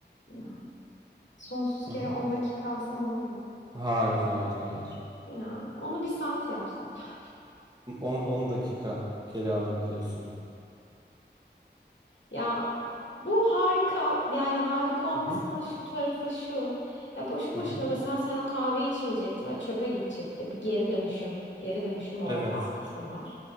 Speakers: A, on the left; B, on the right.
A: ya. Sonsuz
B: Hı
A: kere
B: hı.
A: 10 dakika alsam olmuyor.
B: Hayır hayır hayır.
A: Ya onu bir saat yapsak. <laughs>
B: 10 10 dakika geri alabiliyorsun.
A: Ya bu harika. Yani harika olmasının
B: Hı hı.
A: şu tarafı şu. Ya boşu boşuna
B: Hı hı.
A: mesela sen o kahveyi içmeyecektin ve çöpe gidecekti. Bir geri dönüşüm. Geri dönüşüm olarak
B: Evet.
A: artısı var.